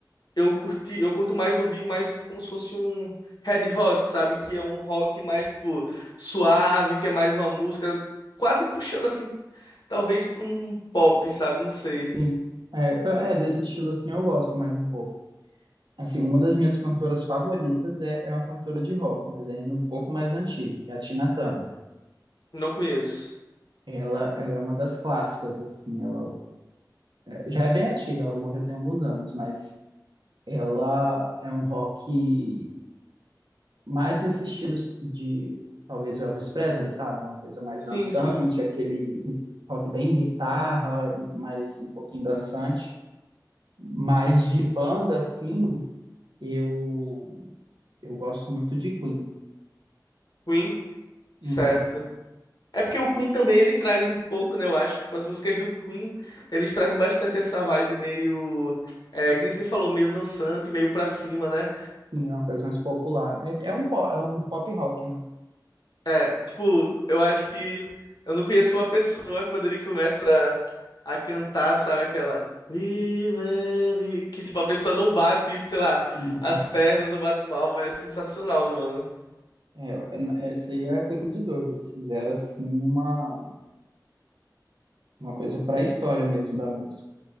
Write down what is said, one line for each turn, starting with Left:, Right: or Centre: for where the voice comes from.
Left: eu curti, eu curto mais ouvir mais como se fosse um Red Hot, sabe? Que é um rock mais, tipo, suave, que é mais uma música quase puxando, assim, talvez pra um pop, sabe? Não sei.
Right: Sim. É, eu- é, desse estilo assim eu gosto mais um pouco. Assim, uma das minhas cantoras favoritas é, é uma cantora de rock, mas é ainda um pouco mais antiga, que é a Tina Turner.
Left: Não conheço.
Right: Ela, ela é uma das clássicas, assim, ela é, já é bem antiga, ela morreu tem alguns anos, mas ela é um rock mais nesse estilo de talvez Elvis Presley, sabe? Uma coisa mais
Left: Sim,
Right: dançante,
Left: sim.
Right: aquele rock bem guitarra, mais um pouquinho dançante. Mas de banda, assim, eu, eu gosto muito de Queen.
Left: Queen, certo.
Right: Uhum.
Left: É porque o Queen também, ele traz um pouco, né? Eu acho, tipo, as músicas do Queen, eles trazem bastante essa vibe meio... É, que nem você falou, meio dançante, meio pra cima, né?
Right: Sim, é uma coisa mais popular. É, é um, po- é um pop rock, né?
Left: É, tipo, eu acho que eu não conheço uma pessoa quando ele começa a, a cantar, sabe, aquela We love you", que tipo a pessoa não bate, sei lá,
Right: Sim.
Left: as pernas ou bate palma, é sensacional, mano.
Right: É, é- essa aí é coisa de doido. Eles fizeram, assim, uma, uma coisa para a história mesmo da música.